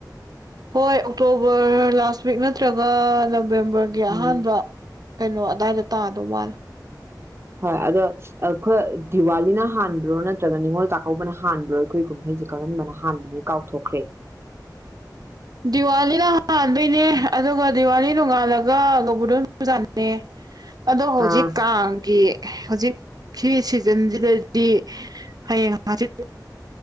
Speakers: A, on the right; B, on the right.
A: ꯍꯣꯏ ꯑꯣꯛꯇꯣꯕꯔ ꯂꯥꯁ ꯋꯤꯛ ꯅꯠꯇ꯭ꯔꯒ ꯅꯕꯦꯝꯕꯔꯒꯤ
B: ꯎꯝ
A: ꯑꯍꯥꯟꯕ ꯀꯩꯅꯣ ꯑꯗꯥꯏꯗ ꯇꯥꯗꯧ ꯃꯥꯜꯂꯦ
B: ꯍꯣꯏ ꯑꯗꯣ ꯑ ꯈꯣꯏ ꯗꯤꯋꯥꯂꯤꯅ ꯍꯥꯟꯕ꯭ꯔꯣ ꯅꯠꯇ꯭ꯔꯒ ꯅꯤꯡꯉꯣꯜ ꯆꯥꯛꯀꯧꯕꯅ ꯍꯥꯟꯕ꯭ꯔꯣ ꯑꯈꯣꯏ ꯀꯨꯝꯍꯩꯖꯦ ꯀꯔꯝꯕꯅ ꯍꯥꯟꯕꯒꯦ ꯀꯥꯎꯊꯣꯛꯈ꯭ꯔꯦ
A: ꯗꯤꯋꯥꯂꯤꯅ ꯍꯥꯟꯗꯣꯏꯅꯦ ꯑꯗꯨꯒ ꯗꯤꯋꯥꯂꯤ ꯅꯣꯡꯉꯥꯜꯂꯒ ꯒꯧꯕꯨꯗꯣꯟ ꯄꯨꯖꯥꯅꯦ
B: <inaudible>
A: ꯑꯗꯣ ꯍꯧꯖꯤꯛ
B: ꯑꯥ
A: ꯀꯥꯡꯒꯤ ꯍꯧꯖꯤꯛ ꯁꯤ ꯁꯤꯖꯟꯖꯤꯗꯗꯤ ꯍꯌꯦꯡ ꯍꯪꯆꯤꯠ